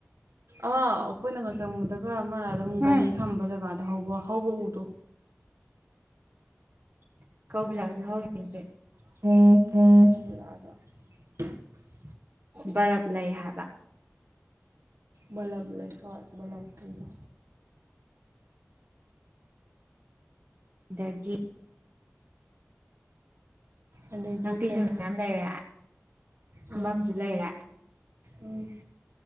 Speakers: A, on the right; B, on the right.
A: ꯑ ꯑꯩꯈꯣꯏꯅꯒ ꯆꯪꯕꯗꯒ ꯑꯃ ꯑꯗꯨꯝ
B: ꯎꯝ
A: ꯒꯥꯔꯤ ꯈꯝꯕ ꯖꯒꯥ ꯍꯧꯕ ꯍꯧꯕ ꯎꯗꯣ
B: <unintelligible>
A: <unintelligible>
B: ꯕꯔꯞ ꯂꯩ ꯍꯥꯏꯕ
A: ꯕꯂꯞ ꯂꯩ ꯍꯣꯏ ꯕꯂꯞꯀꯤꯗꯣ
B: ꯗꯒꯤ
A: ꯑꯗꯒꯤ
B: ꯅꯥꯄꯤꯁꯨ
A: ꯀꯩ
B: ꯃꯌꯥꯝ ꯂꯩꯔꯦ ꯐꯝꯕꯝꯁꯨ
A: ꯎꯝ
B: ꯂꯩꯔꯦ
A: ꯎꯝ